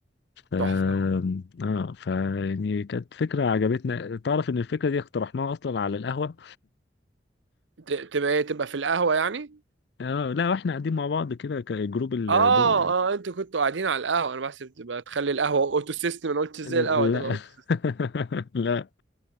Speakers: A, on the left; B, on the right.
A: ف
B: تحفة
A: اه فيعني كانت فكرة عجبتنا تعرف ان الفكرة دي اقترحناها اصلا على القهوة
B: ت- تبقى ايه تبقى في القهوة يعني
A: اه لا واحنا قاعدين مع بعض كده كجروب ال...
B: اه
A: دو-
B: اه انتوا كنتوا قاعدين على القهوة انا بحسب تبقى تخلي القهوة اوتو سيستم انا قلت ازاي
A: لا
B: القهوة تبقى اوتو
A: <laughs>
B: سيستم
A: لا